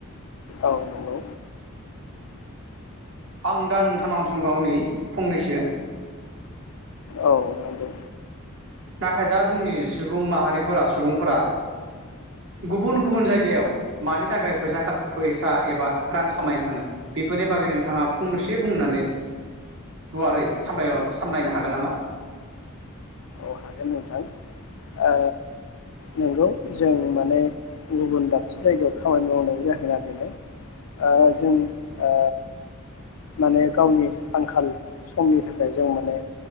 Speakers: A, on the left; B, on the right.
A: औ नंगौ
B: आं दा नोंथांनाव सांबावनि फंनैसो।
A: औ नंगौ
B: नाथाय दा जोंनि सुबुं माहारिफोरा सुबुंफोरा गुबुन गुबुन जायगायाव मानि थाखाय फैसा फैसा एबा रां खामायनो थाङो बेफोरनि बागै नोंथाङा फंनैस बुंनानै गुवारै साम सामलायनो हागोन नामा।
A: अ हागोन नोंथां ओ। नंगौ जों माने। गुबुन दाबसे जायगायाव खामानि मावनायनि जाहोना बेनो ओ जों ओ माने गावनि आंखाल समनि थाखाय जों माने